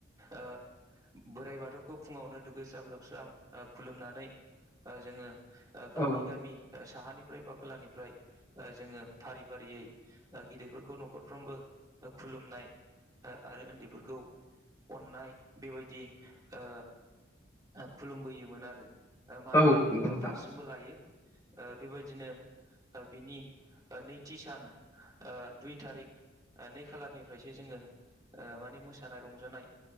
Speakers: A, on the right; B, on the left.
A: ओ बोराइ बाथौखौ फुङावनो दुगैस्राब लोमस्रां खुलुमनानै ओ जोङो
B: औ
A: गामि गामि साहानिफ्राय बा खोलानिफ्राय जोङो फारि फारियै ओ गिदिरफोरखौ न'खरफ्रोमबो खुलुमनाय आ आरो उन्दैफोरखौ अननाय बेबायदि ओ खुलुमबोयोमोन आरो मान
B: औ
A: लायो
B: नंगौ
A: ओ
B: नोंथां
A: दासिमबो लायो। ओ बेबायदिनो ओ बिनि ओ नैथि सान ओ दुइ थारिक ओ नै खालारनिफ्रायसो जोङो ओ माने मोसानाय रंजानाय